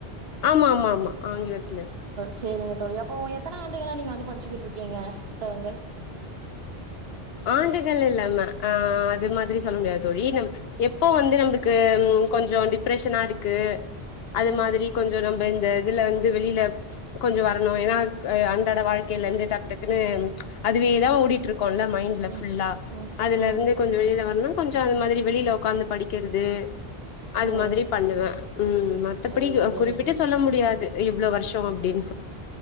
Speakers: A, on the left; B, on the right.
A: ஆமா ஆமா ஆமா ஆங்கிலத்துல
B: சரிங்க தோழி அப்போ உ எத்தனை ஆண்டுகலா நீங்க வந்து படிச்சுக்கிட்ருக்கீங்க புத்தகங்கள்
A: ஆண்டுகள் இல்லா ஆ அது மாதிரி சொல்ல முடியாது தோழி எப்போ வந்து நம்மக்கு கொஞ்ச டிப்ரஷனா இருக்கு அது
B: ம்
A: மாதிரி கொஞ்ச நம்ம இந்த இதுல வந்து வெளியில கொஞ்ச வரணு ஏன்னா க அண்டாட வாழ்க்கையில இருந்து டக்கு டக்குன்னு அதுவேதா ஓடிட்டு இருக்கோல்ல
B: ம்
A: புல்லா
B: ம்
A: அதுல
B: ம்
A: இருந்து கொஞ்ச வெளியில வரனு கொஞ்ச அந்த மாரி வெளியில உக்காந்து படிக்கிறது அது
B: ஓ
A: மாதிரி பண்ணுவே ம் மத்தபடி
B: ஓ சேரி
A: குறிப்பிட்டு
B: சேரி
A: சொல்ல முடியாது இவ்ள வருஷ அப்படின்